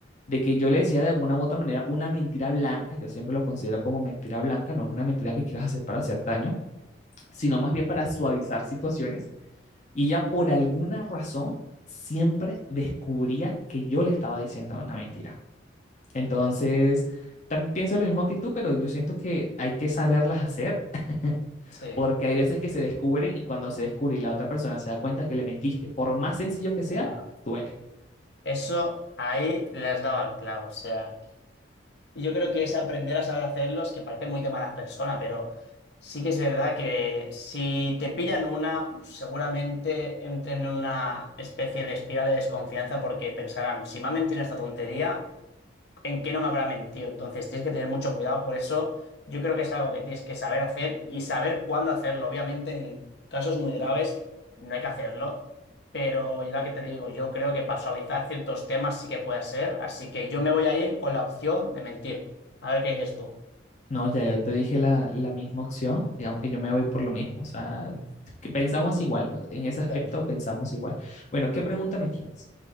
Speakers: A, on the left; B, on the left.
A: de que yo le decía de alguna u otra manera una mentira blanca, yo siempre lo considero como mentira blanca, no es una mentira que quieras hacer para hacer daño, sino más bien para suavizar situaciones, y ella por alguna razón siempre descubría que yo le estaba diciendo una mentira. Entonces, también pienso lo mismo que tú, pero yo siento que hay que saberlas hacer <laughs>
B: Sí,
A: Porque hay veces que se descubren y cuando se descubre y la otra persona se da cuenta que le mentiste, por más sencillo que sea,
B: ya.
A: duele.
B: Eso ahí le has dado al clavo. O sea, yo creo que es aprender a saber hacerlo, es que parece muy de mala persona, pero sí que es verdad que si te pillan una, seguramente entren en una especie de espiral de desconfianza porque pensarán, si me ha mentido en esta tontería en qué no me habrá mentido. Entonces tienes que tener mucho cuidado. Por eso yo creo que es algo que tienes que saber hacer y saber cuándo hacerlo. Obviamente en casos muy graves no hay que hacerlo. Pero yo lo que te digo, yo creo que para suavizar ciertos temas sí que puede ser. Así que yo me voy a ir con la opción de mentir. A ver qué dices tú.
A: No, ya yo te dije la, la misma opción, digamos que yo me voy por lo mismo, o sea, que pensamos igual, ¿no? en ese aspecto
B: Pedro.
A: pensamos igual. Bueno, ¿qué pregunta me tienes?